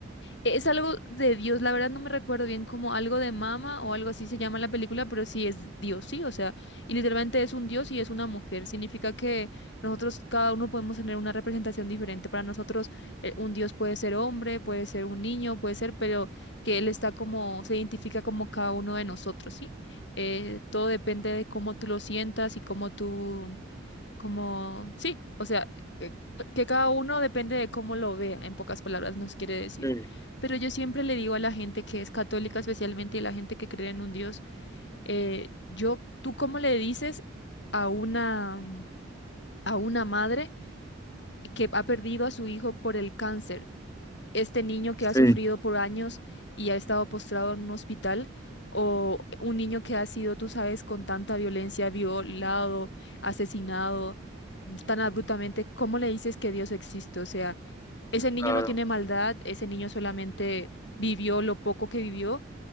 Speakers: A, on the left; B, on the left.
A: Es algo de Dios, la verdad no me recuerdo bien como algo de mama o algo así se llama la película, pero sí es Dios, sí, o sea, y literalmente es un Dios y es una mujer. Significa que nosotros cada uno podemos tener una representación diferente. Para nosotros eh, un Dios puede ser hombre, puede ser un niño, puede ser, pero que Él está como, se identifica como cada uno de nosotros, ¿sí? Eh, todo depende de cómo tú lo sientas y cómo tú como, sí, o sea, eh, que cada uno depende de cómo lo vea, en pocas palabras nos quiere decir.
B: Sí,
A: Pero yo siempre le digo a la gente que es católica especialmente y la gente que cree en un Dios, eh, yo, ¿tú cómo le dices a una, a una madre que ha perdido a su hijo por el cáncer? este niño que
B: sí,
A: ha sufrido por años y ha estado postrado en un hospital, o un niño que ha sido, tú sabes, con tanta violencia, violado, asesinado, tan abruptamente, ¿cómo le dices que Dios existe? O sea, ese niño
B: claro,
A: no tiene maldad, ese niño solamente vivió lo poco que vivió.